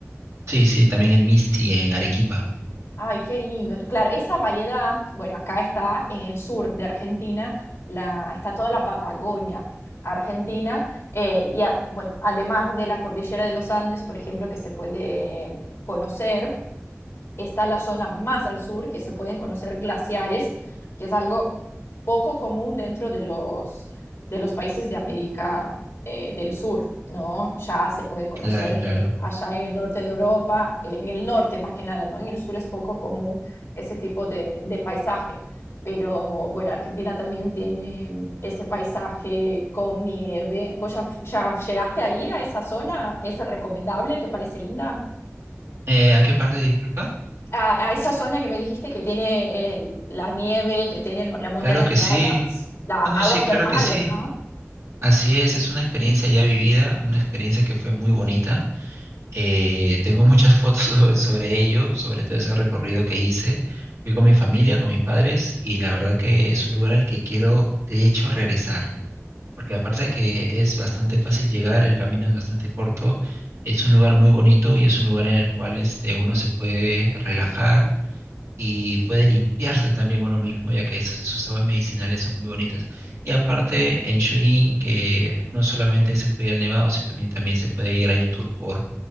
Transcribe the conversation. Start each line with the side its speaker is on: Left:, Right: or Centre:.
Right: Sí, sí, también el Misti en Arequipa.
Left: Ay, qué lindo. Claro, esa variedad, bueno, acá está en el sur de Argentina, la, está toda la Patagonia argentina, eh, y a- bueno, además de la cordillera de los Andes, por ejemplo, que se puede conocer, está la zona más al sur, que se pueden conocer glaciares, que es algo poco común dentro de los, de los países de América eh, del Sur, ¿no? Ya se puede conocer
Right: Claro, claro.
Left: eh, allá en el norte de Europa, eh, en el norte más que nada, ¿no? En el sur es poco común ese tipo de, de paisaje. Pero bueno, Argentina también tiene mm, ese paisaje con nieve. ¿Vos ya, ya llegaste a ir a esa zona? ¿Es recomendable? ¿Te parece linda?
Right: Eh, ¿a qué parte, disculpa?
Left: a, a esa zona que me dijiste que tiene eh, la nieve, que tiene el- la montaña
Right: Claro que
Left: nevada,
Right: sí.
Left: las
Right: No,
Left: aguas
Right: sí, claro
Left: termales,
Right: que sí.
Left: ¿no?
Right: Así es, es una experiencia ya vivida, una experiencia que fue muy bonita Eh, tengo muchas <laughs> fotos sobre, sobre ello, sobre todo ese recorrido que hice. Fui con mi familia, con mis padres, y la verdad que es un lugar al que quiero, de hecho, regresar, porque aparte de que es bastante fácil llegar, el camino es bastante corto, es un lugar muy bonito y es un lugar en el cual este, uno se puede relajar y puede limpiarse también uno mismo, ya que sus, sus aguas medicinales son muy bonitas. Y aparte, en Churín, que no solamente se puede ir al Nevado, sino también, también se puede ir, hay un tour por,